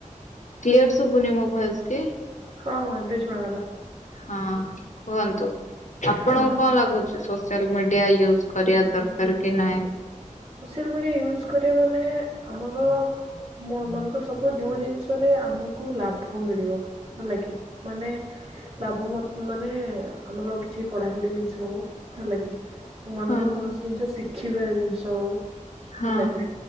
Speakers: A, on the left; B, on the right.
A: କ୍ଲିୟର ଶୁଭୁନି ମୋ ଭଏସ୍ କି?
B: ହଁ ହଁ ଏବେ ଶୁଣାଗଲା।
A: ହଁ କୁହନ୍ତୁ। ଆପଣଙ୍କୁ
B: ହଁ
A: କଣ ଲାଗୁଛି ସୋସିଆଲ ମିଡିଆ ୟୁଜ୍ କରିବା ଦରକାର କି ନାଇଁ?
B: ମିଳି ୟୁଜ୍ କରିବା ମାନେ ଆମର ମୋ ମନେକର ସବୁ ଯୋଉ ଜିନିଷରେ ଆମକୁ ଲାଭ ମିଳିବ ହେଲାକି କି ମାନେ ଲାଭ ମତ୍ ମାନେ ଆମର କିଛି ପଢାପଢି ଜିନିଷ ହେଲାକି ମନେକର
A: ହଁ
B: କୌଣସି ଜିନିଷ ଶିଖ୍ ଖିବାର ଜିନିଷ
A: ହଁ
B: ହେଲାକି